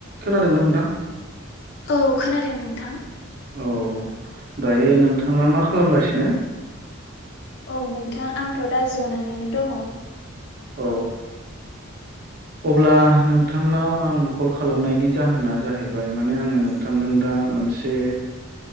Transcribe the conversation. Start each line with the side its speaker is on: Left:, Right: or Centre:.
Right: खोनादोंना नोंथां
Left: औ खोनादों नोंथां
Right: औ दायो
Left: औ
Right: नोंथाङा मा खालामगासिनो
Left: औ नोंथां आंथ' दा जनानैनो दङ
Right: औ अब्ला नों नोंथांनाव आं कल खालामनायनि जाहोना जाहैबाय माने आङो नोंथांजों दा मोनसे